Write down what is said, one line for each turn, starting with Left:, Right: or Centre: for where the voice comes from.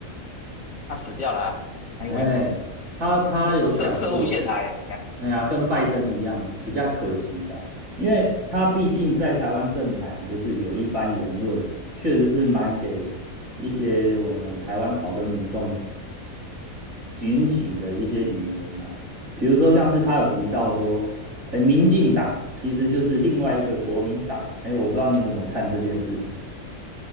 Left: 他死掉啦、哪一位嘛？
Right: 哎，他他有讲过，
Left: 涉涉务陷害，
Right: 哎呀，跟拜登一样，比较可惜啦，因为他毕竟在台湾政坛就是有一番言论，确实是蛮给一些我们台湾草根民众警醒的一些语言呐、啊比如说像是他有提到说，呃，民进党其实就是另外一个国民党，哎，我不知道你怎么看这件事情